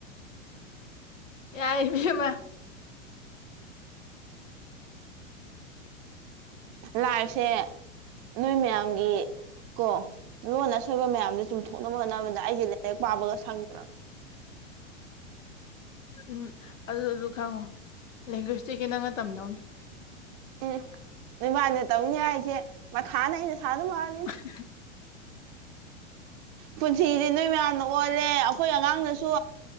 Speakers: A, on the left (about 80°); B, on the right (about 35°).
A: ꯌꯥꯏꯕꯤꯃ
B: ꯂꯥꯏꯐꯁꯦ ꯅꯣꯏ ꯃꯌꯥꯝꯒꯤ ꯀꯣ ꯂꯣꯟ ꯑꯁꯣꯏꯕ ꯃꯌꯥꯝꯗꯣ ꯆꯨꯝꯊꯣꯛꯅꯕ ꯍꯣꯠꯅꯕꯗ ꯑꯩꯁꯦ ꯂꯥꯏꯔꯛ ꯄꯥꯕꯒ ꯁꯪꯗ꯭ꯔ
A: ꯎꯝ ꯑꯗꯨ ꯑꯗꯨ ꯈꯪꯉꯣ ꯂꯦꯡꯒ꯭ꯋꯦꯁꯇꯤ ꯈꯤꯇꯪ ꯃꯇꯝꯗꯧꯅ
B: ꯎꯝ ꯅꯣꯏꯃꯥꯏꯅ ꯇꯧꯅꯤ ꯑꯩꯁꯦ ꯃꯊꯥꯅ ꯑꯩꯅ ꯁꯥ ꯑꯗꯨꯝ ꯃꯥꯥꯛꯑꯅꯤꯗ
A: ꯎꯝ
B: ꯄꯨꯟꯁꯤꯗꯤ ꯅꯣꯏ ꯃꯌꯥꯝꯅ ꯑꯣꯜꯂꯦ ꯑꯩꯈꯣꯏ ꯑꯉꯥꯡꯗꯁꯨ